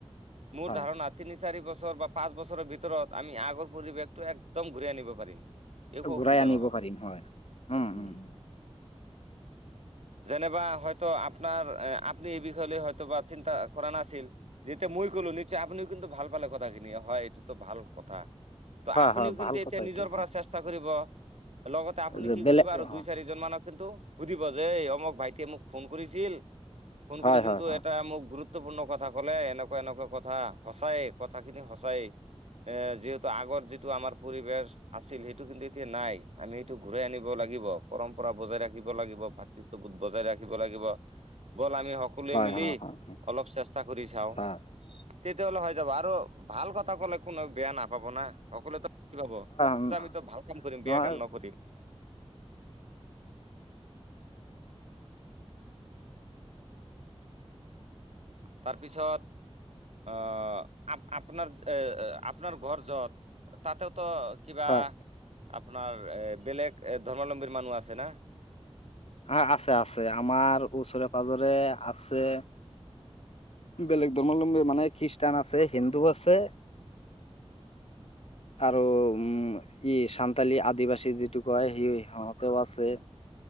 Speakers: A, on the right; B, on the left.
A: মোৰ
B: হয়।
A: ধাৰণা আতি নিশ চাৰি বছৰ বা পাঁচ বছৰৰ ভিতৰত আমি আগৰ পৰিৱেশটো একদম ঘূৰাই আনিব পাৰিম। একো
B: ঘূৰাই
A: অসুবিধা
B: আনিব
A: নহব
B: পাৰিম
A: উম।
B: হয়। উম, উম,
A: যেনেবা হয়তো আপোনাৰ আপুনি এই বিষয় লৈ হয়তো বা চিন্তা কৰা নাছিল যেতিয়া মই লো নিশ্চয় আপনিও কিন্তু ভাল পালে কথাখিনি হয় এইটো ভাল কথা ত
B: হয়,
A: আপুনিও
B: হয়,
A: কিন্তু
B: ভাল
A: এতিয়া
B: কথা এইটো
A: নিজৰ
B: হয়।
A: পৰা চেষ্টা কৰিব। লগতে আপুনি
B: যে
A: কি
B: বেলেগ
A: কৰিব আৰু
B: হয়,
A: দুই চাৰিজন মানক কিন্তু সুধিব যে এই অমক ভাইটিয়ে মোক ফোন কৰিছিল ফোন
B: হয়,
A: কৰি কিন্তু
B: হয়, হয়,
A: এটা মোক গুৰুত্ব গুৰুত্বপূৰ্ণ কথা কলে এনেকুৱা এনেকুৱা কথা সঁচায়ে কথাখিনি সঁচায়ে। যিহেতু আগৰ যিটো আমাৰ পৰিৱেশ আছিল সেইটো কিন্তু এতিয়া নাই আমি সেইটো ঘূৰাই আনিব লাগে লাগিব পৰম্পৰা বজাই ৰাখিব লাগিব ভাতৃত্ববোধ বজাই ৰাখিব লাগিব বল আমি আমি সকলোৱে
B: হয়,
A: মিলি
B: হয়, হয়,
A: অলপ চেষ্টা কৰি চাওঁ।
B: হয়,
A: তেতিয়াহ'লে হৈ যাব আৰু ভাল কথা ক'লে কোনো বেয়া নাপাব না সকলোতো কি ভাব
B: উম,
A: আমিতো ভাল কাম কৰিম
B: নহয়
A: বেয়া কাম নকৰিম <inaudible> তাৰপিছত আহ আ আপোনাৰ এ আপোনাৰ ঘৰ যত তাতেওতো কিবা
B: হয়।
A: আপোনাৰ বেলেগ ধৰ্মাৱলম্বীৰ। মানুহ আছে না।
B: হ আছে আছে আমাৰ ওচৰে পাজৰে আছে বেলেগ ধৰ্মাৱলম্বী মানে খ্ৰীষ্টান আছে হিন্দু আছে আৰু উম ই চান্তালী আদিবাসী যিটো কয় সি হওঁক আছে
A: উম,